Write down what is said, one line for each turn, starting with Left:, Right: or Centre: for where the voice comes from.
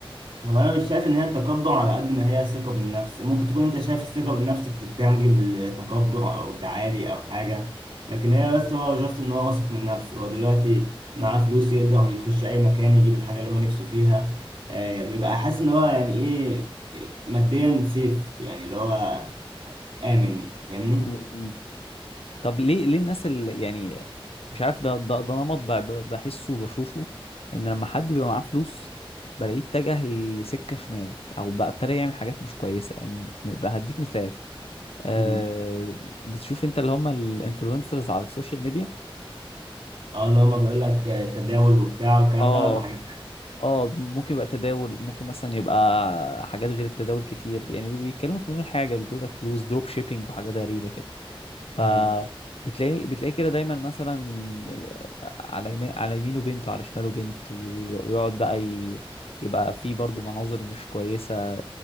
Right: هو انا مش شايف ان هي تكبر على قد ما هي ثقة بالنفس ممكن تكون انت شايف الثقة بالنفس بتترجم لتكبر او تعالي او حاجة لكن هي
Left: مم.
Right: بس هو جاست ان هو واثق من نفسه هو دلوقتي معاه فلوس يقدر يخش اي مكان يجيب الحاجة اللي هو نفسه فيها آه بيبقى حاسس ان هو يعني ايه ماديا سيف يعني اللي هو آمن فاهمني
Left: مم. طب ليه ليه الناس اللي يعني مش عارف ده ده, ده نمط ب- ب- بحسه وبشوفه ان لما حد بيبقى معاه فلوس بلاقيه اتجه لسكه شمال او بقى ابتدى يعمل حاجات مش كويسه يعني بقى هديك مثال آه
Right: مم.
Left: بتشوف انت اللي هم الانفلونسرز على السوشيال ميديا
Right: اه اللي هو ما بيقول لك تداول وبتاع والكلام
Left: اه
Right: ده ولا حاجة
Left: اه ممكن يبقى تداول ممكن مثلا يبقى حاجات غير التداول كتير يعني بيتكلموا في مليون حاجه بيجيبوا لك فلوس دروب شيبينج وحاجات غريبه كده فبتلاقي
Right: مم.
Left: بتلاقي كده دايما مثلا على يمين على يمينه بنت وعلى شماله بنت وي- ويقعد بقى ي... يبقى في برضه مناظر مش كويسة